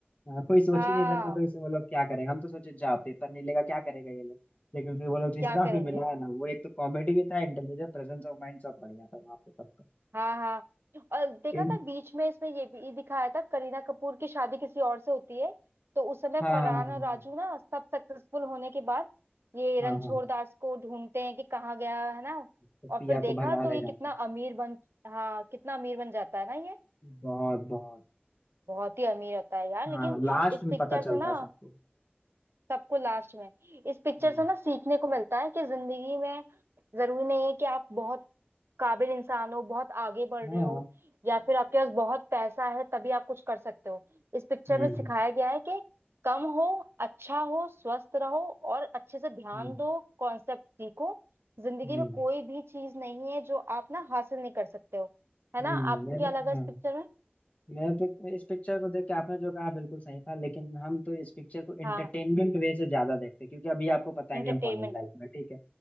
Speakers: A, on the left; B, on the right.
A: हाँ, कोई सोच
B: हाँ
A: ही नहीं सकता था उसे वो लोग क्या करेंगे हम तो सोचे जा पेपर नहीं लेगा क्या करेगा ये लोग लेकिन फिर वो लोग जिस
B: क्या
A: हिसाब
B: करेंगे
A: से मिला है ना वो एक तो कॉमेडी भी था इंटेलिजेंस प्रेजेंस ऑफ माइंड सब बढ़िया था वहाँ पे सबका
B: हाँ हाँ और देखा
A: इन-
B: था बीच में इसमें ये भी दिखाया था करीना कपूर की शादी किसी और से होती है तो उस समय
A: हाँ
B: फरहान और राजू ना सब सक्सेसफुल होने के बाद ये
A: हाँ
B: रणछोड़
A: हाँ
B: दास को ढूंढते हैं कि कहाँ गया है ना
A: तो
B: और
A: पिया
B: फिर देखा
A: को भगा
B: तो
A: ले
B: ये
A: जाते
B: कितना अमीर बन हाँ कितना अमीर बन जाता है ना ये
A: बहुत बहुत
B: बहुत ही अमीर होता है यार
A: हाँ
B: लेकिन
A: लास्ट
B: इस
A: में
B: पिक्चर
A: पता चलता
B: से ना
A: है सबको
B: सबको लास्ट में इस पिक्चर
A: हम्म,
B: से ना सीखने को मिलता है कि जिंदगी में जरूरी नहीं है कि आप बहुत काबिल इंसान हो बहुत आगे बढ़
A: हाँ
B: रहे हो या फिर आपके पास बहुत पैसा है तभी आप कुछ कर सकते हो इस पिक्चर
A: हम्म
B: में सिखाया गया है कि कम हो अच्छा हो स्वस्थ रहो और अच्छे से ध्यान
A: हम्म
B: दो कॉन्सेप्ट सीखो जिंदगी
A: हम्म
B: में कोई भी चीज नहीं है जो आप ना हासिल नहीं कर सकते हो है
A: हम्म
B: ना आपको
A: मेरे-
B: क्या लगा
A: हाँ
B: इस पिक्चर में
A: मैं पिक, इस पिक्चर को देख के आपने जो कहा बिल्कुल सही था लेकिन हम तो इस पिक्चर को एंटरटेनमेंट
B: हाँ
A: वे से ज्यादा देखते हैं क्योंकि अभी आपको पता है
B: इंटरटेनमेंट
A: कि हम कॉलेज लाइफ में ठीक है